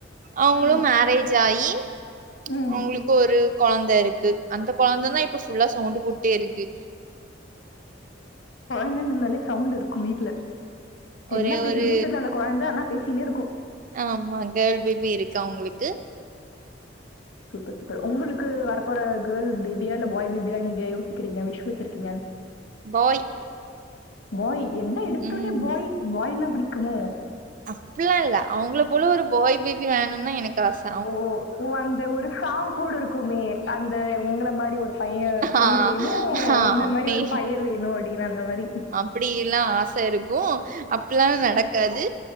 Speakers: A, on the right; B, on the left.
A: அவுங்ளு
B: ம்,
A: மேரேஜ் ஆயி
B: ம்.
A: அவுங்குளுக்கு ஒரு கொழந்தருக்கு அந்த கொழந்த தா இப் ப்ப ஃபுல்லா சவுண்ட் போட்டேருக்கு
B: ன்னன் இருந்தாலே சவுண்ட்டு இருக்கும் வீட்டுல
A: ஒரே
B: என்ன பேசுதுன்னே
A: ஒரு
B: தெர்ல அந்த கொழந்தா ஆன்னா பேஸ்சினே இருக்கு
A: ஆம்மா கேர்ள் பேபி இருக்கு அவுங்ளுக்கு
B: சூப்பர் சூப்பர் உங்களுக்கு வரப்போற கேர்ள்பேபியா இல்ல பாய்பேபியா நீங்க யோசிக்கிறீங்க விஷ் வச்சிருக்கீங்க
A: பாய்
B: பாய் என்ன எடுத்தோன்னே
A: ம்
B: பாய் பாய்ன்னா பிடிக்குமோ
A: அப்பில்லா இல்ல அவுங்கள போல ஒரு பாய் பேபி வேணும்னு தா எனக்கு ஆசை
B: ஓ ஓ அந்த ஒரு சாங் கூட இருக்குமே அந்த உங்கள மாரி ரி ஒரு பைய பொண்ணு
A: ஆ
B: வேணு
A: ஆ
B: ஒன்ன
A: அப்டி
B: மாரி ஒரு பைய வேணு அட்டின்னு அந்த மாரி
A: அப்டியில்லா ஆச இருக்கூ அப்பில்லா நடக்காது